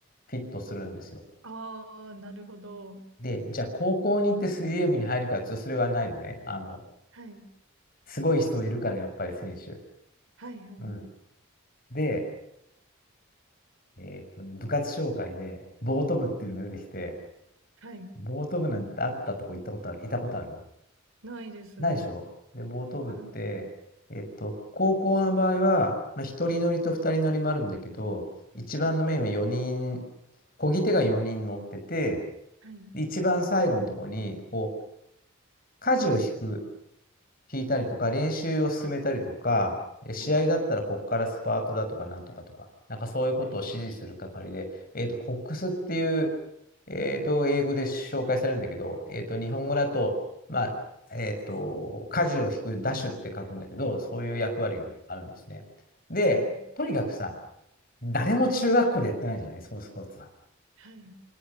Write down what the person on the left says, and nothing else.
フィットするんですよ。
で、じゃあ高校に行って水泳部に入るかっていうと、それはないのね。あの、
すごい人いるから、やっぱり選手。
うん。で、えーっとね、部活紹介で、ボート部っていうのが出てきて、
ボート部なんてあったとこ行ったことある、いたことある
ないでしょで、
ボート部って、
えっと、高校の場合は、まあ、一人乗りと二人乗りもあるんだけど、一番のメインは4人、
漕ぎ手が4人乗ってて、
で一番最後のところに、こう、舵を引く、引いたりとか、練習を進めたりとか、試合だったらこっからスパートだとかなんとかとか、
なんかそういうことを指示する係で、
えっと、コックスっていう、えっと、英語で紹介されるんだけど、えっと、日本語だと、まあ、えっと、舵を引く、ダッシュって書くんだけど、そういう役割があるんですね。
で、
とにかくさ、誰も中学校でやってないじゃない、そのスポーツは。